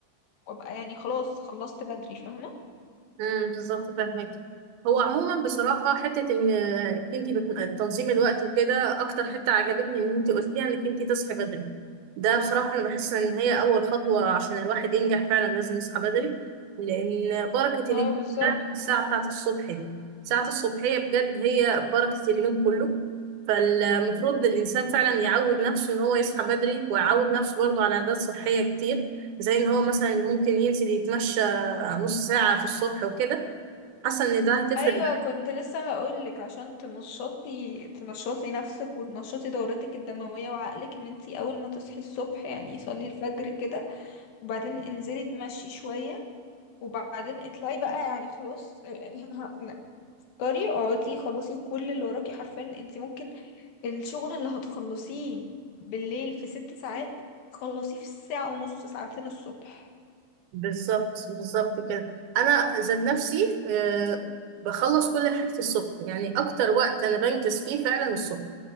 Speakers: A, on the left; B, on the right.
A: وابقى يعني خلاص خلصت بدري فاهمه
B: امم بالظبط فاهمك هو عموما بصراحه حته ان انت تنظيم الوقت وكده اكتر حته عجبتني ان انت قلتيها انك انت تصحي بدري ده بصراحه انا بحس ان هي اول خطوه عشان الواحد ينجح فعلا لازم يصحى بدري لان بركه اليوم
A: اه بالظبط
B: ده الساعه بتاعه الصبح دي ساعه الصبحيه بجد هي بركه اليوم كله فالمفروض الانسان فعلا يعود نفسه ان هو يصحى بدري ويعود نفسه برضه على عادات صحيه كتير زي ان هو مثلا ممكن ينزل يتمشى نص ساعة في الصبح وكده حاسة إن ده هتفرق
A: ايوه
B: معايا.
A: كنت لسه هقولك عشان تنشطي تنشطي نفسك وتنشطي دورتك الدمويه وعقلك ان انتي اول ما تصحي الصبح يعني صلي الفجر كده وبعدين انزلي تمشي شويه وبعدين اطلعي بقى يعني خلاص آه، يعني <laughs> اقدري اقعدي خلصي كل اللي وراكي حرفيا انتي ممكن الشغل اللي هتخلصيه بالليل في ست ساعات تخلصيه في الساعه ونص ساعتين الصبح
B: بالظبط بالظبط كده أنا ذات نفسي آه، بخلص كل حاجتي الصبح يعني أكتر وقت أنا بنجز فيه فعلا الصبح